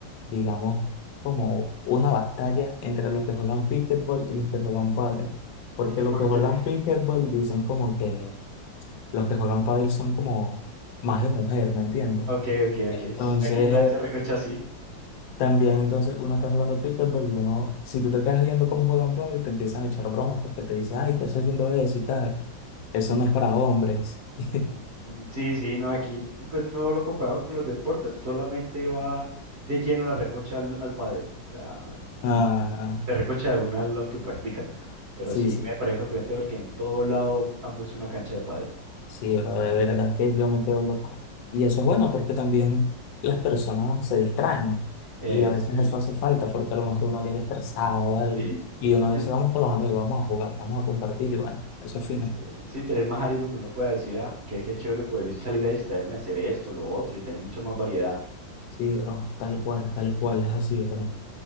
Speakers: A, on the left; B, on the right.
A: digamos, como una batalla entre los que juegan pickleball y los que juegan pádel. Porque los
B: Porque,
A: que juegan pickleball dicen como que los que juegan pádel son como más de mujer, ¿me entiendes?
B: ok, ok, ok.
A: Entonces,
B: Sí, Aquí están, se recocha sí.
A: también entonces uno está jugando pickleball y uno, si tú te quedas viendo cómo juegan pádel, te empiezan a echar bromas porque te dicen, ay, estás haciendo eso y tal. Eso no es para hombres. <laughs>
B: Ujú. Mm, Sí, sí, no, aquí pues no lo comparamos con los deportes, solamente va de lleno la recocha al, al pádel. O sea,
A: Ah,
B: l- se recocha de una a los que practican. Pero
A: sí,
B: sí
A: sí,
B: me parece sorprendente porque en todo lado han puesto una cancha de pádel.
A: sí, pero de verdad que yo me quedo loco. Y eso es bueno porque también las personas se distraen
B: Eh,
A: y a veces
B: sí,
A: eso hace falta porque a lo mejor uno llega estresado o algo
B: sí,
A: y uno
B: eh,
A: dice, vamos con los amigos, vamos a jugar, vamos a compartir y bueno, eso es fino.
B: eh, sí, sí, tener más áreas donde uno pueda decir, ah, qué, qué chévere poder salir a distraerme, hacer esto, lo otro y tener mucha más variedad.
A: Sí, bro, tal cual, tal cual, es así, bro.